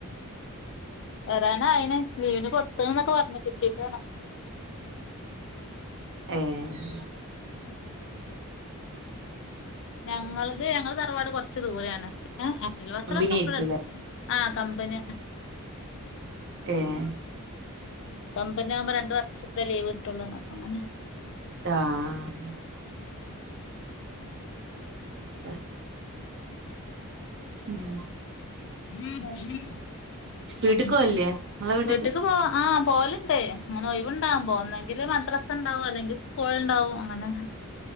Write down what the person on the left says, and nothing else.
വരാനായിണ് ലീവിന് കൊടുത്തന്നൊക്കെ പറഞ്ഞ് കിട്ടീട്ട് വേണം
ഞങ്ങളത് ഞങ്ങളെ തറവാട് കൊറച്ച് ദൂരെയാണ് അയൽവാസിലൊക്കെ
ഇബടടു ആഹ് കമ്പന്യ
കമ്പനി ആവുമ്പോ രണ്ട് വർഷത്തില് ലീവ്ട്ടുള്ളൂറഞ്ഞ് അപ്പങ്ങനെ
ഏഹ് <unintelligible>
ആഹ്
വീട്ടക്ക് പോവാ ആഹ് പോവല് ണ്ട് അങ്ങനെ ഒഴിവ്ണ്ടാവുമ്പോ ഒന്നെങ്കിൽ മദ്രസണ്ടാവും അല്ലെങ്കിൽ സ്കൂള്ണ്ടാവും അങ്ങനെ